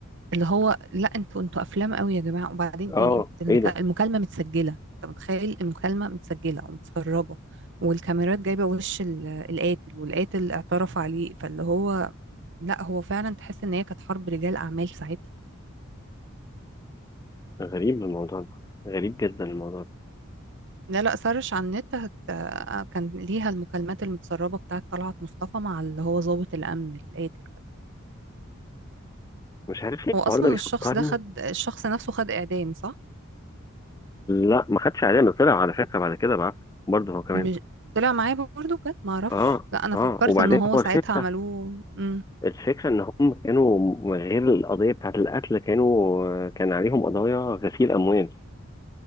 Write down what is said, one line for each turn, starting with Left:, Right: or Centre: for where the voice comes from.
Right: اللي هو لا انتوا انتوا افلام قوي يا جماعة وبعدين
Left: اه
Right: يعني انت المكا-
Left: ايه ده
Right: المكالمة متسجلة انت متخيل المكالمة متسجلة ومتسربة والكاميرات جايبة وش ال- القاتل والقاتل اعترف عليه فاللي هو لا هو فعلا تحس ان هي كانت حرب رجال اعمال ساعتها
Left: غريب الموضوع ده غريب جدا الموضوع ده
Right: لا لا سرش على النت هت... آه، كان ليها المكالمات المتسربه بتاعه طلعت مصطفى مع اللي هو ضابط الامن القاتل ده
Left: مش عارف ليه الحوار
Right: هو اصلا
Left: ده بيفكرني
Right: الشخص ده خد الشخص نفسه خد اعدام صح
Left: لا ما خدش علينا طلع على فكره بعد كده بقى برضه هو كمان
Right: مش طلع معايا برضه بجد ما اعرفش
Left: اه
Right: لا انا
Left: اه
Right: فكرت
Left: وبعدين
Right: ان هو
Left: هو
Right: ساعتها
Left: الفكره
Right: عملوه مم.
Left: الفكره ان هم كانوا غير القضيه بتاعت القتل كانوا كان عليهم قضايا غسيل اموال